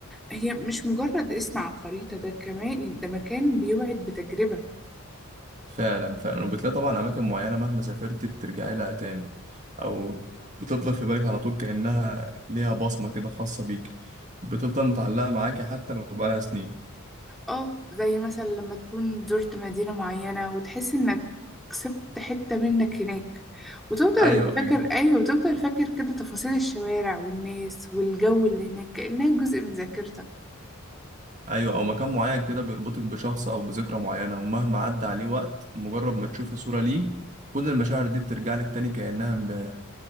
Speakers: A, in the centre; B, on the right.
A: هي مش مجرد اسم على الخريطة ده كمان ده مكان بيوعد بتجربة
B: فعلا فعلا وبتلاقي طبعا اماكن معينة مهما سافرت بترجعي لها تاني او بتفضل في بالك على طول كأنها ليها بصمة كده خاصة بيك بتفضل متعلقة معاكي حتى لو بقالها سنين
A: اه زي مثلا لما تكون زرت مدينة معينة وتحس إنك كسبت حتة منك هناك وتفضل
B: ايوه
A: فاكر
B: ايوه
A: أيوة وتفضل فاكر كده تفاصيل الشوارع والناس والجو اللي هناك كأنها جزء من ذاكرتك
B: ايوه او مكان معين كده بيربطك بشخص او بذكرى معينه ومهما عدى عليه وقت مجرد ما تشوفي صوره ليه كل المشاعر دي بترجع لك تاني كانها امبارح